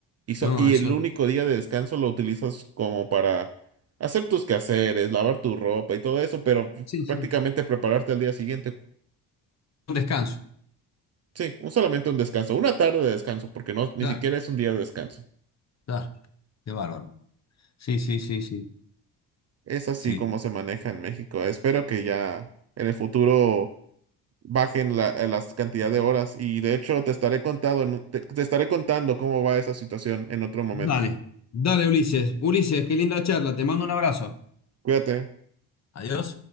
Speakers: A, on the right; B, on the left.
A: Y, so-
B: no,
A: y
B: eso,
A: el único día de descanso lo utilizas como para hacer tus quehaceres, lavar tu ropa y todo eso, pero
B: sí, sí,
A: prácticamente prepararte al día siguiente.
B: un descanso.
A: Sí, un- solamente un descanso, una tarde de descanso, porque no, ni
B: claro.
A: siquiera es un día de descanso.
B: Claro, qué bárbaro. Sí, sí, sí, sí.
A: Es así
B: Sí.
A: como se maneja en México. Espero que ya en el futuro bajen la, eh, las cantidad de horas. Y de hecho, te estaré contado, en un- te te estaré contando cómo va esa situación en otro momento.
B: Dale, dale Ulises. Ulises, qué linda charla, te mando un abrazo.
A: Cuídate.
B: Adiós.